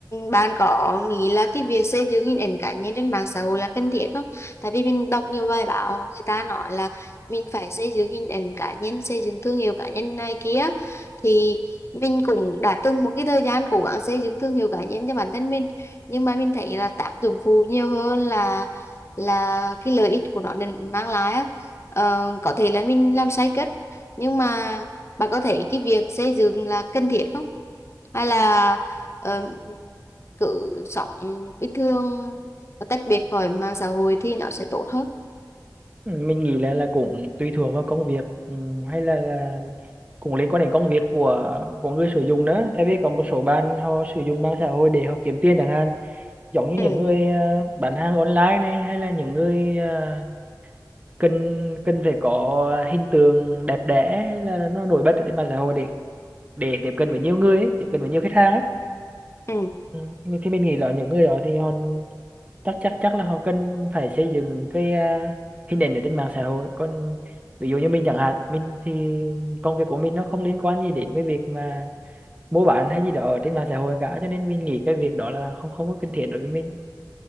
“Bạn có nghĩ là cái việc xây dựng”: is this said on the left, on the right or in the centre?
Left